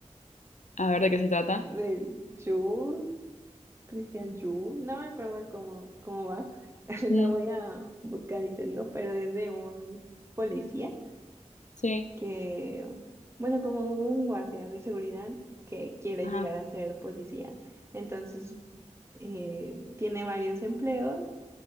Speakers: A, on the left; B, on the right.
A: a ver de qué se trata.
B: de Jules, Christian Jules, no me acuerdo cómo, cómo va, <laughs> la
A: Mm,
B: voy a buscar y te digo, pero es de un policía
A: sí.
B: que, bueno, como un guardia de seguridad que quiere
A: Ajá,
B: llegar a ser policía. Entonces eh, tiene varios empleos,